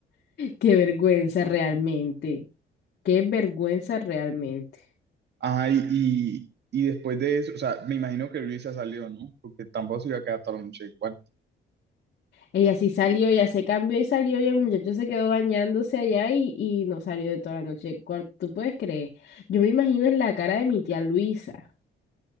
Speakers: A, on the left; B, on the right.
A: Qué vergüenza realmente. Qué vergüenza realmente.
B: Ajá, y, y, y después de eso, o sea, me imagino que Luisa salió, ¿no? Porque tampoco se iba a quedar toda la noche en el cuarto.
A: Ella sí salió, ella se cambió y salió y el muchacho se quedó bañándose allá y, y no salió de toda la noche del cuarto. ¿Tú puedes creer? Yo me imagino en la cara de mi tía Luisa.